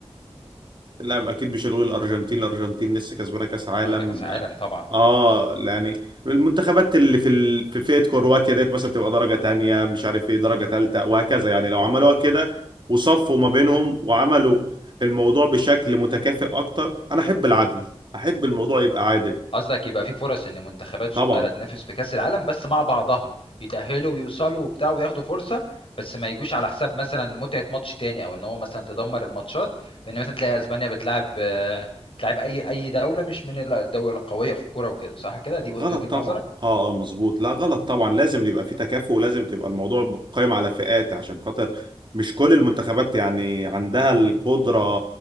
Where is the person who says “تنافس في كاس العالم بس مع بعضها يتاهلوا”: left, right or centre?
Left